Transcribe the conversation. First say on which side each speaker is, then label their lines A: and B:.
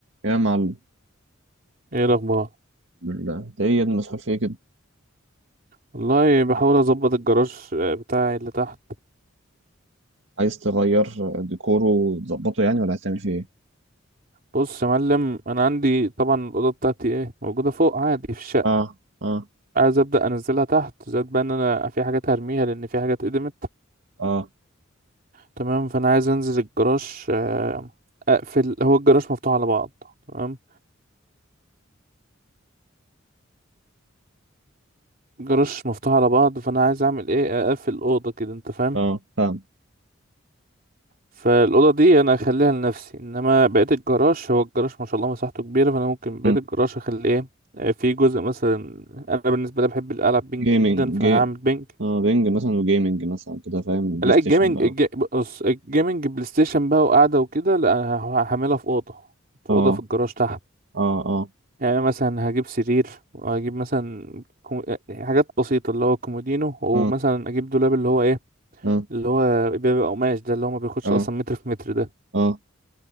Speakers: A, on the right (about 65°); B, on the right (about 45°).
A: يا معلم
B: ايه الاخبار
A: بالله انت ايه يا ابني مسحول في ايه كده
B: والله بحاول اظبط الجراج آه، بتاعي اللي تحت
A: عايز تغير ديكوره وتظبطه يعني ولا هتعمل فيه ايه
B: بص يا معلم انا عندي طبعا الاوضه بتاعتي ايه موجوده فوق عادي في الشقه
A: اه اه
B: عايز ابدا انزلها تحت زائد بقى ان انا في حاجات هرميها لان في حاجات قدمت
A: اه
B: تمام فانا عايز انزل الجراج آه، اقفل هو الجراج مفتوح على بعض تمام الجراج مفتوح على بعض فانا عايز اعمل ايه اقفل الاوضه كده انت فاهم
A: اه فاهم
B: فالأوضة دي أنا أخليها لنفسي إنما بقية الجراج هو الجراج ما شاء الله مساحته كبيرة فأنا ممكن بقية
A: مم.
B: الجراج أخلي إيه آه، في جزء مثلا أنا بالنسبة لي بحب ألعب بينج
A: جيمنج
B: جدا فأنا
A: جي
B: هعمل بينج
A: اه بينج مثلا وجيمنج مثلا كده فاهم بلاي
B: لا
A: ستيشن
B: الجيمنج
A: بقى
B: الج- بص الجيمنج بلاي ستيشن بقى وقعدة وكده لا أنا ه- هعملها في أوضة في
A: اه
B: أوضة في الجراج تحت
A: اه اه
B: يعني مثلا هجيب سرير وهجيب مثلا كو- آه، حاجات بسيطة اللي هو كومودينو ومثلا
A: اه
B: أجيب دولاب اللي هو إيه
A: اه
B: اللي هو بيبقى قماش ده اللي هو ما بياخدش
A: اه
B: أصلا متر في متر ده
A: اه